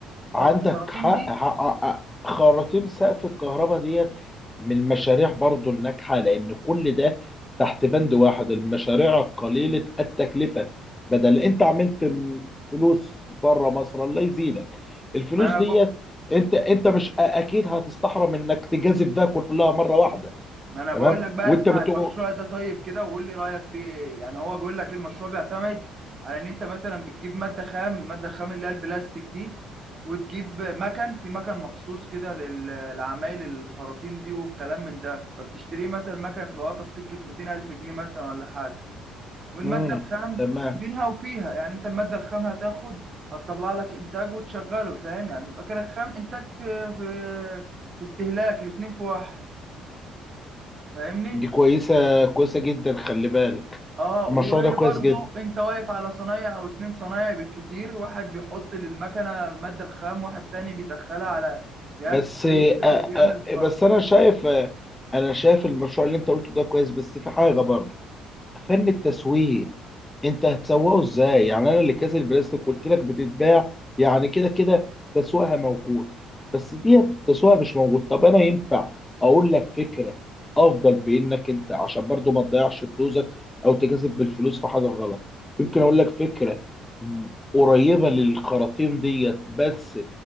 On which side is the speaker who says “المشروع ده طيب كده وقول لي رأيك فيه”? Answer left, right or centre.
Right